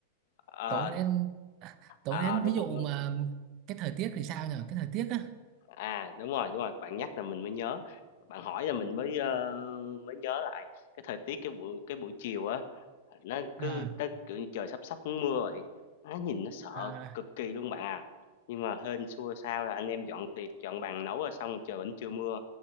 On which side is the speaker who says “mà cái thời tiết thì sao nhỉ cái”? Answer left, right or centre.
Right